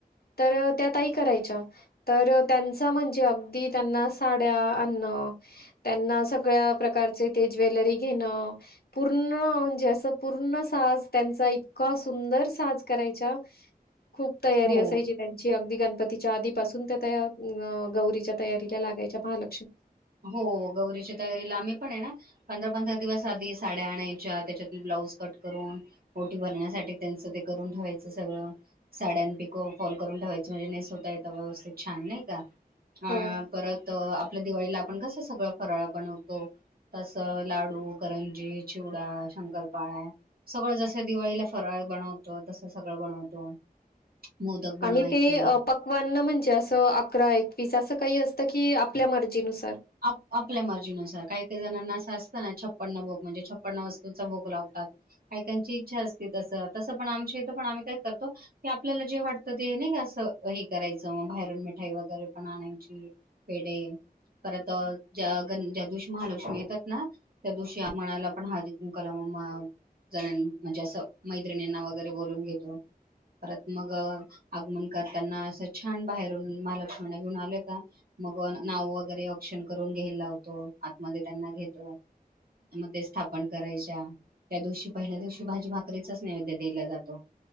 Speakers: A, on the left; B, on the right.
A: तर त्या ताई करायच्या. तर त्यांचा म्हणजे अगदी त्यांना साड्या आणणं त्यांना सगळ्या प्रकारचे ते ज्वेलरी घेण पूर्ण म्हणजे असं पूर्ण साज त्यांचा इतका सुंदर साज करायच्या. खूप तयारी
B: हो
A: असायची त्यांची. अगदी गणपतीच्या आधीपासून त्या अ गौरीच्या तयारीला लागायच्या महाल
B: हो गौरीच्या तयारीला आम्ही पण आहे ना पंधरा पंधरा दिवस आधी साड्या आणायच्या त्याच्यात ब्लाऊज कट करून ओटी भरण्यासाठी त्यांचं ते करून ठेवायचं सगळं साड्या पिक फॉल करून ठेवायचं म्हणजे नेसवता येतात व्यवस्थित छान नाही का हा
A: हो.
B: परत आपल्या दिवाळीला आपण कसं सगळं फराळ बनवतो. तस लाडू करंजी चिवडा शंकरपाळा सगळं जस दिवाळीला फराळ बनवतो तस सगळं बनवतो. मोदक बनवायचे
A: आणि ते पक्वान ना म्हणजे असं अकरा एकवीस असं काही असतं की आप त्या मर्जीनुसार
B: आप आपल्या मर्जीनुसार काही काही जणांना असं असतं ना छप्पन भोग म्हणजे छप्पन्न वस्तूंचा भोग लावतात. काही काहींची इच्छा असते तसं तसं पण आमच्या इथं पण आम्ही काय करतो की आपल्याला जे वाटतं ते नाही का असं हे करायचं मग बाहेरून मिठाई वगैरे पण आणायची पेढे परत ज्या गण ज्या दिवशी महालक्ष्मी येतात ना त्या दिवशी आगमनाला पण हळदी कुंकूला म जण म्हणजे असं मैत्रिणींना वगैरे बोलवुन घेतो. परत मग आगमन करताना असं छान बाहेरून महालक्ष्मींना घेऊन आल का मग नाव वगैरे औक्षण करून घ्यायला लावतो. आतमध्ये त्यांना घेतो. मग ते स्थापन करायच्या त्या दिवशी पहिल्या दिवशी भाजी भाकरीचाच नैवेद्य दिला जातो.